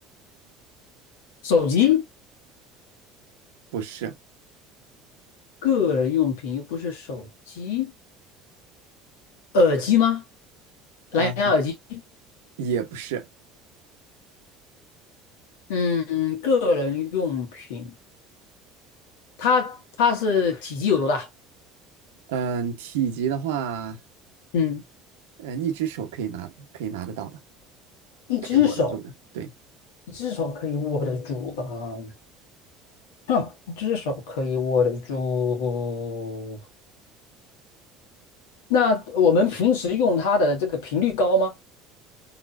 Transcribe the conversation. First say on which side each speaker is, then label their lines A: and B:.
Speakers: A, on the left (about 75°); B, on the right (about 80°).
A: 手机？
B: 不是，
A: 个人用品，又不是手机，耳机吗？蓝牙耳机？
B: 啊、也不是。
A: 嗯，个人用品，它它是体积有多大？
B: 嗯，体积的话，
A: 嗯，
B: 嗯，一只手可以拿，可以拿得到的，
A: 一只手，
B: 可以握得住的。对，
A: 一只手可以握得住啊，哼，一只手可以握得住。那我们平时用它的这个频率高吗？